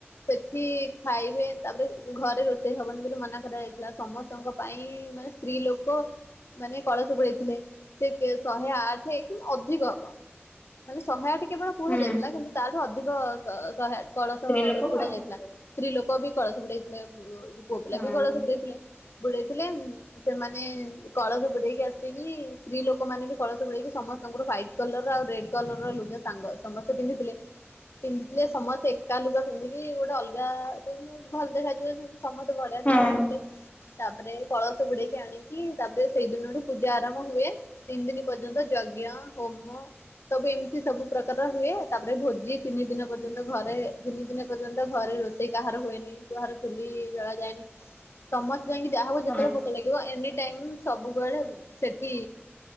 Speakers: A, on the left; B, on the left.
A: ସେଠି ଖାଇବେ ତାପରେ ଘରେ ରୋଷେଇ ହବନି ବୋଲି ମନା କରାଯାଇଥିଲା ସମସ୍ତଙ୍କ ପାଇଁ ମାନେ ସ୍ତ୍ରୀ ଲୋକ ମାନେ କଳସ ବୁଡ଼େଇଥିଲେ ସେ କେ ଶହେ ଆଠେ କି ଅଧି ଧିକ ହବ ମାନେ ଶହେ ଆଠେ କେବଳ
B: ହୁଁ
A: କୁହାଯାଇଥିଲା କିନ୍ତୁ ତାଠୁ ଅଧିକ ଶ ଶହେ ଆଠେ କଳସ
B: ସ୍ତ୍ରୀ ଲୋକ
A: ବୁଡ଼ା
B: କଳସ
A: ଯାଇଥିଲା ସ୍ତ୍ରୀ ଲୋକ ବି କଳସ ବୁଡେଇଥିଲେ ପୁ ଏ ଯୋଉ ପୁଅ ପିଲା
B: ହଁ
A: ବି କଳସ ବୁଡ଼େଇଥିଲେ। ବୁଡେଇଥିଲେ ଉଁ ସେମାନେ କଳସ ବୁଡ଼େଇକି ଆସିକି ସ୍ତ୍ରୀ ଲୋକ ମାନେ ବି କଳସ ବୁଡ଼େଇକି ସମସ୍ତଙ୍କଠୁ ହ୍ୱାଇଟ୍ କଲରର ଆଉ ରେଡ଼ କଲରର ଲୁଗା ସାଙ୍ଗ ସମସ୍ତେ ପିନ୍ଧିଥିଲେ। ପିନ୍ଧିଥିଲେ ସମସ୍ତେ ଏକା ଲୁଗା ପିନ୍ଧିକି ଗୋଟେ ଅଲଗା ଯେନ୍ତି ହଉ ଭଲ ଦେଖାଯିବ ସେମ୍ ସମସ୍ତେ ବଢ଼ିଆ
B: ହଁ
A: ଦେଖା ଯାଉଥିଲେ। ତାପରେ କଳସ ବୁଡ଼େଇକି ଆଣିକି ତାପରେ ସେଇ ଦିନଠୁ ପୂଜା ଆରମ୍ଭ ହୁଏ। ତିିନ ଦିନି ପର୍ଯ୍ୟନ୍ତ ଯଜ୍ଞ ହୋମ ସବୁ ଏମତି ସବୁ ପ୍ରକାର ର ହୁଏ ତାପରେ ଭୋଜି ତିନି ଦିନ ପର୍ଯ୍ୟନ୍ତ ଘରେ ତିିନି ଦିନ ପର୍ଯ୍ୟନ୍ତ ଘରେ ରୋଷେଇ କାହାର ହୁଏନି କାହାର ଚୁଲି ଜଳା ଯାଏନି। ସମସ୍ତେ ଯାଇଁକି ଯାହା ହଉ
B: ହଁ
A: ଯେତବଳେ ଭୋକ ଲାଗିବ ଏନି ଟାଇମ୍ ସବୁବେଳେ ସେଠି